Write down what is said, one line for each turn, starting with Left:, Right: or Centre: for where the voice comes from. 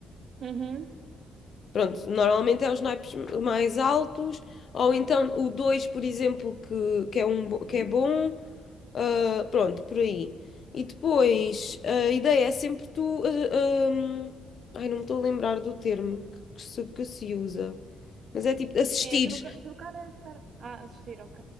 Right: Uhum.
Left: Pronto, normalmente é os naipes mais altos, ou então o 2 por exemplo, que, que, é um, bo- que é bom. ah, pronto, por aí. E depois, a ideia é sempre tu. ah, ah, ai, não me estou a lembrar do termo que, que se, que se usa, mas é tipo assistir.
Right: É troca- trocar as cartas. Ah, assistir, ok.